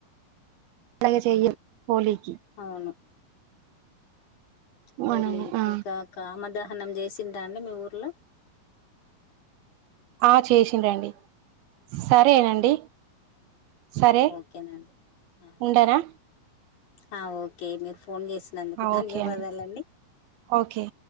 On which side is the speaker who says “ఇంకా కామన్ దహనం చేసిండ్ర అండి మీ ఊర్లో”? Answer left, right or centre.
Left